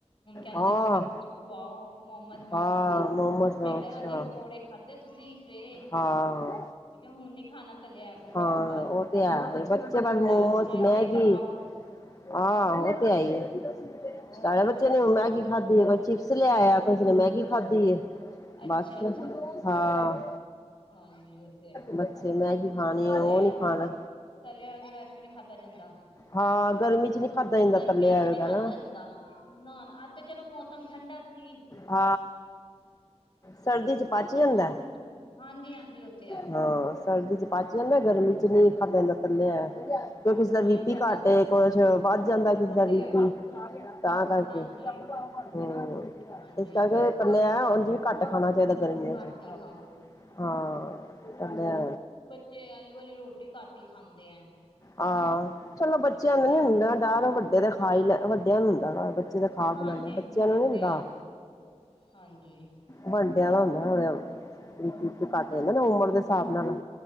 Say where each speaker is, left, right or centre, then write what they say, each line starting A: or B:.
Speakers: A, on the left; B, on the left.
A: ਹੁਣ ਕਹਿੰਦੇ
B: ਹਾਂ
A: ਮੰਮੀ ਕੁਛ ਖਵਾਓ ਮੋਮਸ-ਮਾਮਸ
B: ਹਾਂ ਮੋਮੋਸ
A: ਮੈਂ ਕਿਹਾ
B: ਅੱਛਾ
A: ਜੀ, ਪਕੌੜੇ ਖਾਂਧੇ ਤੁਸੀਂ ਸਵੇਰੇ
B: ਹਾਂ
A: ਮੈਂ ਕਿਹਾ ਹੁਣ ਨੀ ਖਾਣਾ ਤੇ ਲਿਆ ਕੁਛ
B: ਹਾਂ
A: ਵੀ ਬਾਹਰ,
B: ਉਹ ਤੇ ਹੈ ਬੱਚੇ ਬਸ
A: ਹੁਣ ਦਾਲ
B: ਮੋਮੋਸ
A: ਬਣਾਈਏ
B: ਮੈਗੀ
A: ਤੇ ਖਾਓ।
B: ਆਹ ਉਹ ਤੇ ਏਈ ਐ
A: ਹੋਰ
B: ਸਾਰੇ ਬੱਚੇ ਨੇ ਹੁਣ ਮੈਗੀ ਖਾਧੀ ਏ ਕੋਈ ਚਿਪਸ ਲਿਆਇਆ ਕਿਸੇ ਨੇ ਮੈਗੀ ਖਾਧੀ ਏ
A: ਅੱਛਾ
B: ਬਸ
A: ਅੱਛਾ
B: ਹਾਂ
A: ਹਾਂਜੀ ਉਹ ਤੇ ਹੈ
B: ਬੱਚੇ ਮੈਗੀ ਖਾਣੀ
A: ਤਲਿਆ
B: ਉਹ ਨੀ
A: ਉੱਪਰ
B: ਖਾਣਾ
A: ਤਲਿਆ ਹੋਇਆ ਤਾਂ ਵੈਸੇ ਵੀ ਨੀ ਖਾਧਾ ਜਾਂਦਾ।
B: ਹਾਂ ਗਰਮੀ ਚ ਨੀ ਖਾਧਾ ਜਾਂਦਾ
A: ਗਰਮੀ
B: ਤਲਿਆ
A: 'ਚ' ਨੀ
B: ਵਗੈਰਾ
A: ਖਾਦਾਂ ਜਾਂਦਾ, ਨਾ-ਨਾ ਅੱਜ ਤਾਂ ਚਲੋ ਮੌਸਮ ਠੰਡਾ ਸੀ।
B: ਆ ਸਰਦੀ 'ਚ' ਪਚ
A: ਅੱਜ ਤੇ
B: ਜਾਂਦਾ,
A: ਮੌਸਮ ਠੰਡ ਹਾਂਜੀ ਹਾਂਜੀ ਉਹ ਤੇ ਹੈ
B: ਹਾਂ ਸਰਦੀ 'ਚ' ਪਚ ਜਾਂਦਾ
A: ਹਾਂਜੀ
B: ਗਰਮੀ 'ਚ' ਨਹੀਂ ਖਾ ਜਾਂਦਾ ਤਲਿਆ ਹੋਇਆ ਕਿਉਂ ਕਿਸੇ ਦਾ
A: ਨਹੀਂ
B: ਬੀ
A: ਖਾਧਾ
B: ਪੀ ਘਾਟੇ
A: ਜਾਂਦਾ
B: ਕੁੱਛ ਵੱਧ ਜਾਂਦਾ ਕਿਸੇ
A: ਉਹ
B: ਦਾ
A: ਤੇ
B: ਬੀ
A: ਹੈ
B: ਪੀ ਤਾਂ ਕਰਕੇ
A: ਹਾਂਜੀ
B: ਹੂੰ,
A: ਹਾਂਜੀ
B: ਇਸ
A: ਹਾਂਜੀ
B: ਕਰਕੇ
A: ਉਹ
B: ਤਲਿਆਂ
A: ਤੇ ਹੈ
B: ਉਝਂ ਵੀ ਘੱਟ ਖਾਣਾ ਚਾਹੀਦਾ ਗਰਮੀਆਂ
A: ਘੱਟ
B: 'ਚ'
A: ਹੀ ਖਾਓ
B: ਹਾਂ, ਚੱਲਿਆ
A: ਜੇ ਆਲੂ ਵਾਲੀ ਰੋਟੀ ਘੱਟ ਹੀ ਖਾਂਦੇ ਐ
B: ਆਹ ਚਲੋ ਬੱਚਿਆਂ ਨੂੰ ਨਹੀਂ
A: ਨੀ
B: ਹੁੰਦਾ ਡਰ ਵੱਡੇ ਤਾਂ ਖਾ ਹੀ ਲੈ, ਵੱਡਿਆਂ ਨੂੰ ਹੁੰਦਾ ਡਰ ਬੱਚੇ ਤਾਂ ਖਾਂ-ਖੂ
A: ਹਾਂਜੀ
B: ਲੈਂਦੇ ਆ, ਬੱਚਿਆਂ
A: ਹਾਂਜੀ ਉਹ
B: ਨੂੰ ਨੀ ਹੁੰਦਾ
A: ਤੇ ਹੈ ਹਾਂਜੀ।
B: ਵਾਂਡੇਆਲਾ ਹੁੰਦਾ ਮਤਲਬ ਬੀ ਪੀ, ਬੋ ਪੀ ਕੱਟ ਜਾਂਦਾ ਨਾ ਉਮਰ ਦੇ ਹਿਸਾਬ ਨਾਲ